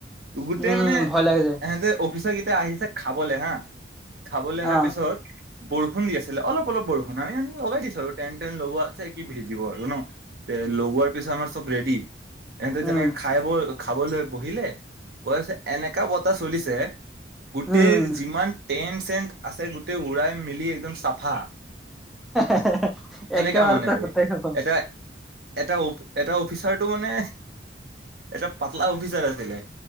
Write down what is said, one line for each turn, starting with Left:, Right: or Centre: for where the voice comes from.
Right: গোটেই
Centre: উম
Right: মানে
Centre: ভয় লাগে যে
Right: এহেঁতে অফিচা। টাইম আহিছে খাবলৈ হা খাবলৈ অহাৰ
Centre: অ
Right: পিছত। বৰষুণ দি আছিলে অলপ অলপ বৰষুণ আমি লগাই দিছো আৰু টেন টেনট লগোৱা আছে কি ভিজিব আৰু ন। তে লগোৱাৰ পিছত আমাৰ চব ৰেডি এহঁতে যেনেকে
Centre: উম
Right: খাই ব। খাবলৈ বহিলে বছে এনেকা বটাহ চলিছে। গোটেই
Centre: উম
Right: যিমান টেণ্ট চেণ্ট আছে গোটেই উৰাই মেলি একদম চাফা।
Centre: <inaudible>
Right: এনেকা
Centre: একে বাৰতে
Right: মানে আৰু
Centre: গোটেই খটম।
Right: এটা এটা এটা অফিচাৰটো মানে এটা পাতলা অফিচাৰ আছিলে।